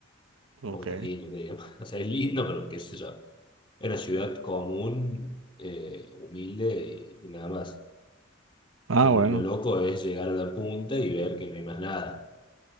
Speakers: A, on the left; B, on the right.
A: tampoco
B: Ok.
A: es tan lindo que digamos. <laughs> O sea, es lindo, pero qué sé yo. Era una ciudad común, eh, humilde y, y nada más. O
B: Ah,
A: sea, lo,
B: bueno.
A: lo loco es llegar a la punta y ver que no hay más nada.